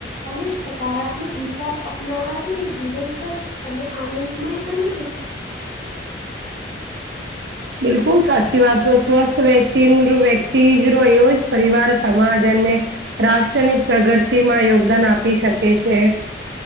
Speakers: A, on the left (about 55°); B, on the right (about 65°).
A: અને સકારાત્મક વિચાર અપનાવવાથી જીવન સ્વસ્થ અને આનંદમય બની શકે
B: બિલકુલ સાચી વાત કહો સ્વસ્થ વ્યક્તિ વ્યક્તિ ર એવો જ પરિવાર સમાજ અને રાષ્ટ્ર ની પ્રગતિ માં યોગદાન આપી શકે છે